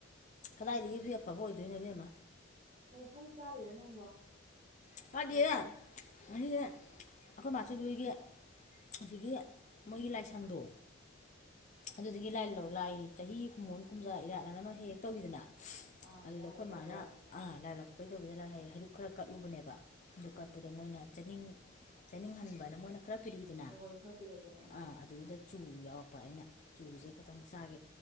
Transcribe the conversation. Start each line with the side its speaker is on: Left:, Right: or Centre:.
Left: ꯀꯗꯥꯏꯗꯒꯤ ꯗꯨꯏ ꯑꯐꯕ ꯑꯣꯏꯗꯣꯏꯅꯣ ꯏꯕꯦꯝꯃ
Right: ꯀꯩꯅꯣ ꯍꯩ ꯆꯥꯔꯤꯔꯣ ꯅꯪꯕꯣ
Left: <unintelligible> ꯉꯁꯤꯁꯦ
Right: ꯀꯩ ꯆꯥꯏꯅꯣ
Left: ꯑꯈꯣꯏ ꯃꯆꯧꯕꯤ ꯍꯣꯏꯒꯤ ꯑꯁꯤꯒꯤ ꯃꯣꯏꯒꯤ ꯂꯥꯏꯁꯪꯗꯣ
Right: <inaudible>
Left: ꯑꯗꯨꯗꯒꯤ ꯂꯥꯏ ꯂꯧ ꯂꯥꯏ ꯆꯍꯤꯒꯤ ꯀꯨꯝꯃꯣꯟ ꯀꯨꯝꯖꯥ ꯏꯔꯥꯠ ꯑꯅ ꯑꯃ ꯍꯦꯛ ꯍꯦꯛ ꯇꯧꯋꯤꯗꯅ
Right: ꯑꯥ
Left: ꯑꯗꯨꯗ
Right: ꯂꯥꯏ ꯂꯧꯈꯠꯄ
Left: ꯈꯣꯏ ꯃꯥꯅ
Right: ꯑꯗꯨ
Left: ꯑꯥ ꯂꯥꯏꯂꯥꯛꯄꯩ ꯇꯧꯕꯗꯨꯗ ꯂꯥꯏꯍꯩꯔꯨꯛ ꯈꯔ ꯀꯠꯂꯨꯕꯅꯦꯕ ꯑꯗꯨ
Right: ꯎꯝ
Left: ꯀꯠꯄꯗꯣ ꯃꯣꯏꯅ ꯆꯅꯤꯡ ꯆꯅꯤꯡꯍꯟꯕꯅ ꯃꯣꯏꯅ ꯈꯔ ꯄꯤꯔꯛꯏꯗꯅ
Right: ꯍꯣꯏ ꯍꯣꯏ ꯈꯔ ꯄꯤꯔꯛꯄꯗꯣ ꯎꯝ
Left: ꯑ ꯑꯗꯨꯗ ꯆꯨ ꯌꯥꯎꯔꯛꯄ ꯑꯩꯅ ꯆꯨꯁꯦ ꯈꯇꯪ ꯆꯥꯒꯦ